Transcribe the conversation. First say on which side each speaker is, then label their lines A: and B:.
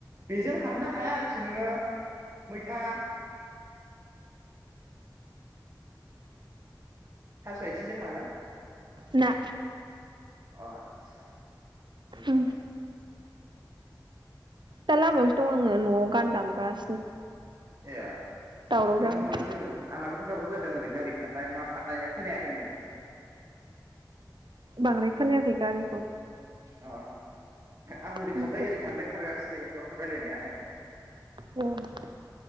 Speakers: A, on the right; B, on the right.
A: बेजों हाबनो हाया आरोखि नोङो। मैथा। थास' आयथि जों माजों?
B: ना।
A: अ आचसा मोजां।
B: उम दा लामायावस दं आङो न'आव गान दामगास
A: ए
B: दावराव
A: आंनि
B: जागोनखाय
A: खामानियावनो आंनाबोथ' दावराव जादों ओरै गारि खारनाय मा खारनायनो खोनायाखै नोङो।
B: बांद्राय खोनायाखै गारि
A: औ। आं ओरै
B: मथरखौ
A: खारलाय ओरै खारलाय खारगासिनो रायलायनायानो।
B: उम